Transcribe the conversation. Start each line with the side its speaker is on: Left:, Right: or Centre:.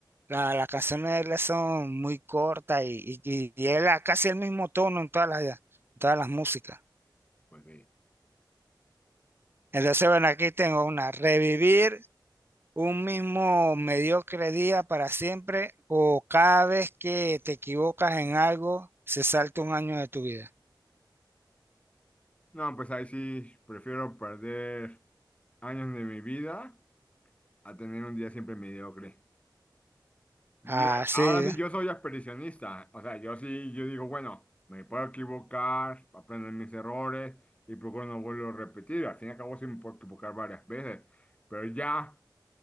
Right: la- las canciones de él son muy cortas y, y, y él a casi el mismo tono en todas las, en todas las músicas.
Left: Pues sí.
Right: Entonces, bueno, aquí tengo una, Revivir un mismo mediocre día para siempre o cada vez que te equivocas en algo se salta un año de tu vida.
Left: No, pues ahí sí prefiero perder años de mi vida a tener un día siempre mediocre. Yo-
Right: Ah, sí,
Left: ahora sí, yo soy expedicionista. O sea, yo sí, yo digo, bueno, me puedo equivocar, aprendo de mis errores y procuro no volverlo a repetir. Al fin y al cabo, sí me puedo equivocar varias veces. Pero ya,